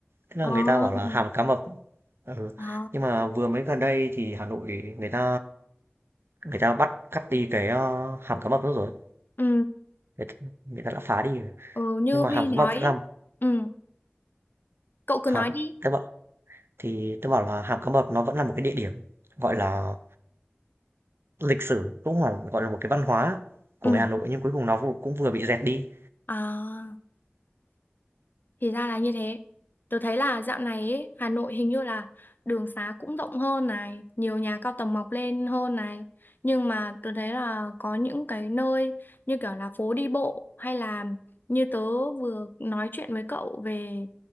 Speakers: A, on the right; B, on the left.
A: Thế
B: ờ
A: là người ta bảo là hàm cá mập. Ừ.
B: ờ
A: Nhưng mà vừa mới gần đây thì Hà Nội người ta người ta bắt cắt đi cái ờ, hàm cá mập đó rồi.
B: ừ
A: Người ta, người ta đã phá đi rồi.
B: ừ như
A: Nhưng mà
B: Huy
A: hàm cá
B: nói
A: mập vẫn làm
B: ừ Cậu cứ
A: hả?
B: nói đi.
A: Thế bảo thì tôi bảo là hàm cá mập nó vẫn là một cái địa điểm gọi là lịch sử cũng là gọi là một cái văn hóa của
B: Ừ.
A: người Hà Nội nhưng cuối cùng nó vô- cũng vừa bị dẹt đi.
B: À, thì ra là như thế. Tớ thấy là dạo này ấy, Hà Nội hình như là đường xá cũng rộng hơn này, nhiều nhà cao tầng mọc lên hơn này. Nhưng mà tớ thấy là có những cái nơi như kiểu là phố đi bộ hay là như tớ vừa nói chuyện với cậu về